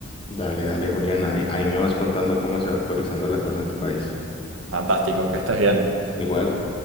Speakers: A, on the left; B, on the right.
A: Dale, dale, Julián, ahí, ahí me vas contando cómo se va actualizando la cosa en tu país.
B: Fantástico, que estés bien.
A: Igual,